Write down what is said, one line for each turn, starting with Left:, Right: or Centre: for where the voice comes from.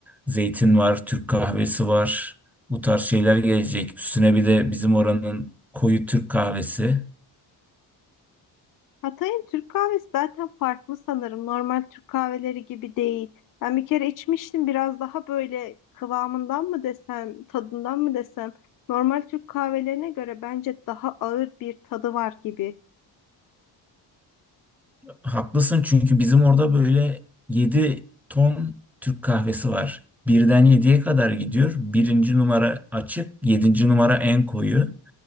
Centre: Zeytin var, Türk kahvesi var. Bu tarz şeyler gelecek. Üstüne bir de bizim oranın koyu Türk kahvesi.
Left: Hatay'ın Türk kahvesi zaten farklı sanırım. Normal Türk kahveleri gibi değil. Ben bir kere içmiştim biraz daha böyle kıvamından mı desem, tadından mı desem. Normal Türk kahvelerine göre bence daha ağır bir tadı var gibi.
Centre: Haklısın çünkü bizim orada böyle 7 ton Türk kahvesi var. Birden 7'ye kadar gidiyor. Birinci numara açık, yedinci numara en koyu.